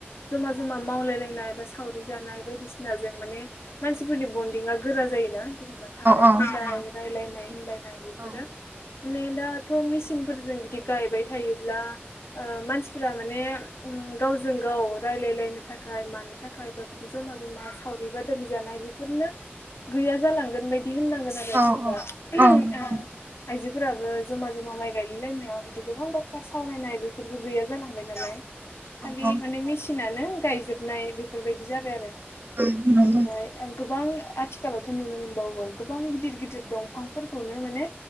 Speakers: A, on the left (about 75°); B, on the right (about 50°).
A: जमा जमा मावलायलायनाय बा सावरि जानाय बायदिसिनाजों माने मानसिफोरनि बन्दिंआ गोरा जायोना। जेनेबा थांलाय
B: औ
A: फैलाय
B: औ
A: रायलायनाय होनलायनाय बेफोरो
B: औ
A: माने दाथ' मिसिनफोरजों बिदि गायबाय थायोब्ला ओ मानसिफोरा माने ओम गावजों गाव रायलायलायनो थाखाय मानो थाखाय बा बिदि जमा जमा सावरि बादालि जानाय बे फोरनो गैया जालांगोन बायदि होननांगोन आरो
B: औ
A: जेनेबा
B: औ
A: ओ
B: औ नंगौ
A: आइजोफोराबो जमा जमा माइ गायलायलायनायाव बिदि गोबां बाथ्रा सावरायनाय बे फोरबो गैया जालांबाय औ नालाय
B: औ
A: खालि
B: औ
A: माने मिसि नानो गायजोबनाय बिफोरबायदि जाबाय आरो
B: औ नंगौ
A: बिनिफ्राय आं गोबां आथिखालावथ' नुनो मोनबावो गोबां गिदिर गिदिर दंफांफोरखौनो माने